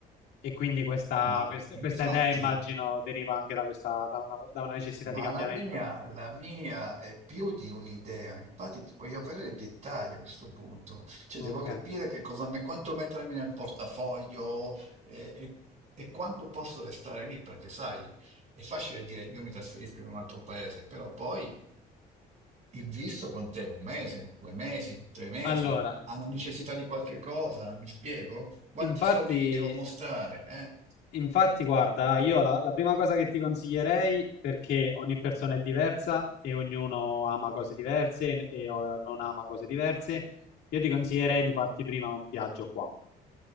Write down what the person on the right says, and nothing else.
Ah, ma
infatti.
Ma
la mia, la mia è più di un'idea, infatti ti voglio avere dei dettagli a questo punto, cioè
devo capire che cosa, me- quanto mettermi nel portafoglio eh, e, e quanto posso restare lì, perché sai, è facile dire io mi trasferisco in un altro paese, però poi il visto con te un mese, due mesi, tre mesi,
hanno necessità di qualche cosa, mi spiego? Quanti
soldi gli devo mostrare? Eh?